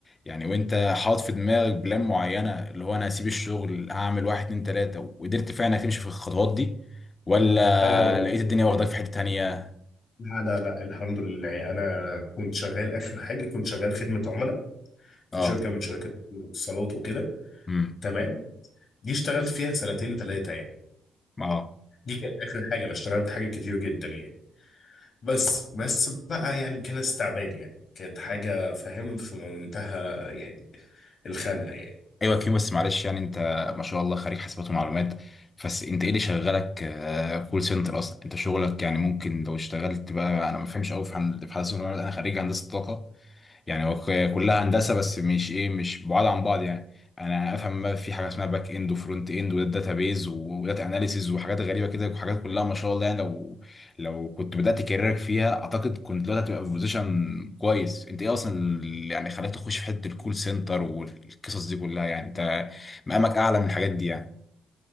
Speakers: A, on the left; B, on the left.
A: يعني وانت حاطط في دماغك بلان معينة اللي هو انا هسيب الشغل هعمل واحد اتنين تلاتة وقدرت فعلا تمشي في الخطوات دي ولا
B: اه الحمد
A: لقيت الدنيا
B: لله
A: واخداك في حتة تانية
B: لا لا لا الحمد لله انا كنت شغال اخر حاجه كنت شغال خدمه عملاء في
A: اه
B: شركه من شركات الاتصالات وكده
A: امم
B: تمام دي اشتغلت فيها سنتين ثلاثه يعني
A: اه
B: دي كانت اخر حاجه انا اشتغلت حاجات كتير جدا يعني بس بس بقى يعني كان استعباد يعني كانت حاجه فاهم في منتهى يعني الخنقه يعني
A: ايوه كيمو بس معلش يعني انت ما شاء الله خريج حاسبات ومعلومات بس انت ايه اللي شغلك آه، كول سنتر اصلا انت شغلك يعني ممكن لو اشتغلت بقى انا ما فهمش قوي في هن- في حاسبات ومعلومات انا خريج هندسة طاقة يعني هو ك- كلها هندسه بس مش ايه مش بعاد عن بعض يعني انا افهم بقى في حاجه اسمها باك اند وفرونت اند وداتا بيز وداتا اناليسيز وحاجات غريبه كده وحاجات كلها ما شاء الله يعني لو لو كنت بدات كاريرك فيها اعتقد كنت دلوقتي هتبقى في بوزيشن كويس انت ايه اصلا اللي يعني خلاك تخش في حته الكول سنتر والقصص دي كلها يعني انت مقامك اعلى من الحاجات دي يعني